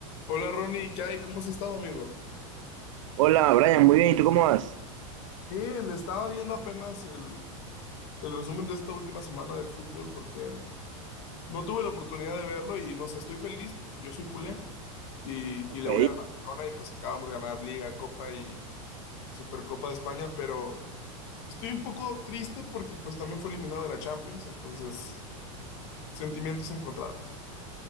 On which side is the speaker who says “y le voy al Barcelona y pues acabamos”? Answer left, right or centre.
Left